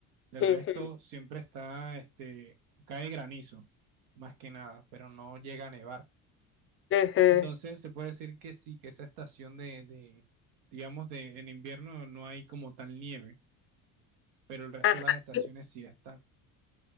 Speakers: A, on the right (about 80°); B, on the left (about 35°).
A: El
B: Ujú,
A: resto siempre está, este, cae granizo, más que nada, pero no llega a nevar.
B: ujú.
A: Entonces se puede decir que sí, que esa estación de, de, digamos, de en invierno no hay como tal nieve, pero el resto
B: Ajá.
A: de las estaciones
B: Sí,
A: sí están.